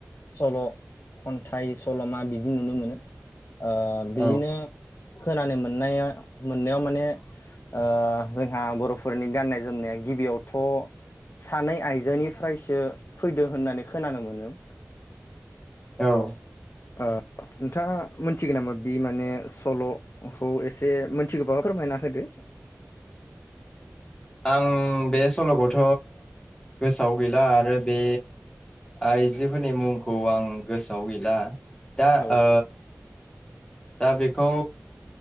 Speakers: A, on the left; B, on the left.
A: सल' खन्थाइ सल'मा बिदि नुनो मोनो। ओ बेनो
B: औ
A: खोनानो मोननाया मोननायाव माने ओ‌ जोंहा बरफोरनि गाननाय जोमनाया गिबियावथ' सानै आइजोनिफ्रायसो फैदो होननानै खोनानो मोनो।
B: औ ।
A: ओ नोंथाङा मोनथिगौ नामा बि माने सल'खौ एसे मोनथिगोबा फोरमायना होदो।
B: आं बे सलखौथ गोसोआव गैला आरो बे आइजोफोरनि मुंखौ आं गोसोआव गैला। दा
A: औ
B: ओ दा बे बेखौ